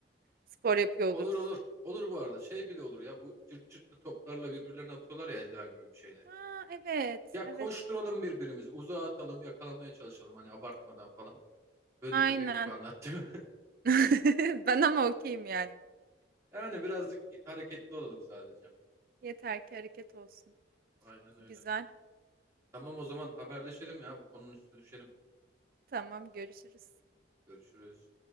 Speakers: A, on the right; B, on the right.
A: spor yapıyor
B: Olur
A: oluruz.
B: olur. Olur bu arada. Şey bile olur ya bu cırt cırtlı toplarla birbirlerine atıyorlar ya eldiven gibi bir şeyle.
A: Aa, evet,
B: Ya
A: evet.
B: koşturalım birbirimizi, uzağa atalım, yakalamaya çalışalım hani abartmadan falan. Böyle
A: Aynen.
B: köpek gibi anlattım. <laughs>
A: <laughs> Ben ama okeyim yani.
B: Yani birazcık hareketli olalım sadece.
A: Yeter ki hareket olsun.
B: Aynen öyle.
A: Güzel.
B: Tamam o zaman haberleşelim ya bu konunun üstüne düşelim.
A: Tamam, görüşürüz.
B: Görüşürüz.